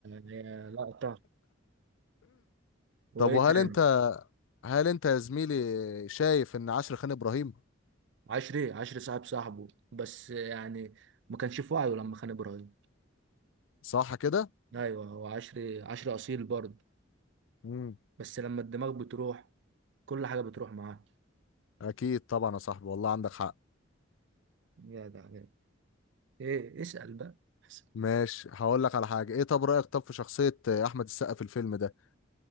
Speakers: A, on the right; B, on the left.
A: يا لقطة وايه
B: طب وهل
A: تاني
B: انت هل انت يا زميلي شايف ان عشر خان ابراهيم
A: عشري عشري صاحب صاحبه بس يعني ما كانش في وعيه لما خان ابراهيم
B: صح كده
A: ايوه هو عشري عشري اصيل برضه
B: امم
A: بس لما الدماغ بتروح كل حاجه بتروح معاه
B: اكيد طبعا يا صاحبي والله عندك حق
A: يا ده عليك. ايه اسال بقى اسأل.
B: ماشي هقول لك على حاجه ايه طب رايك طب في شخصيه آه، احمد السقا في الفيلم ده